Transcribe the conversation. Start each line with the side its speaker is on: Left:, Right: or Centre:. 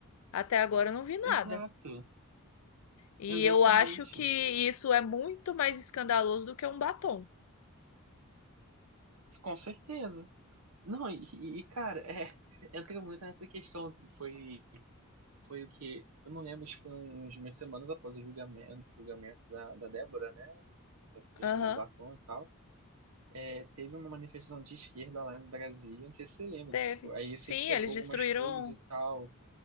Left: Até agora eu não vi nada.
Right: Exato,
Left: E
Right: exatamente.
Left: eu acho que isso é muito mais escandaloso do que um batom.
Right: Com certeza. Não, e, e, cara, é, <laughs> entra muito nessa questão. Foi, foi o que. Eu não lembro se foi uns umas semanas após o julgamento, julgamento da, da Débora, né? Essa questão
Left: Aham,
Right: do batom e tal. É, teve uma manifestação de esquerda lá em Brasília, não sei se você lembra,
Left: teve.
Right: que, tipo, aí
Left: Sim,
Right: eu sei que quebrou
Left: eles
Right: algumas
Left: destruíram.
Right: coisas e tal.